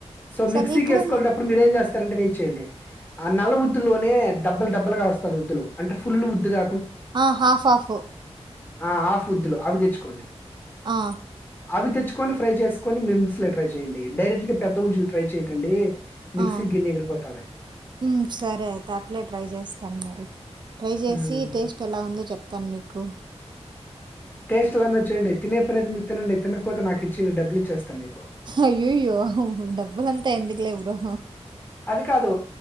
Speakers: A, on the left; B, on the right.
A: సో
B: సరే
A: మిక్సీ
B: ఇప్పుడు
A: కేసుకొనేటప్పుడు మీరేం చేస్తారంటే నేను టేండి ఆ నల్ల ఉద్దుల్లోనే డబ్బలు దబ్బలుగా వస్తాది ఉద్దులు అంటే ఫుల్ ఉద్దు గా
B: ఆ హాఫాఫ్
A: ఆ హాఫ్ ఉద్దులు అవి తెచ్చుకోండి
B: ఆ
A: అవి తెచ్చుకొని ఫ్రై చేసుకోని మీ మిక్సీ లో ట్రై చేయండి డైరెక్ట్ గా పెద్ద ఉంచులు ట్రై చేయకండి మిక్సీ
B: ఆ
A: గిన్నె ఎగిరిపోతుంది
B: మ్మ్ సరే అయితే అట్లే ట్రై చేస్తాను మరి ట్రై చేసి
A: హ్మ్.
B: టేస్ట్ ఎలా ఉందో చెప్తాను మీ కు
A: టేస్ట్ లందరు చేయండి తినే ప్రత్ మీరు తినండి తినకపోతే నాకు ఇచ్చియండి డబ్బులు ఇచ్చేస్తా మీకు
B: అయ్యయ్యో అవు డబ్బులు అంతా ఎందుకులే బ్రో
A: అది కాదు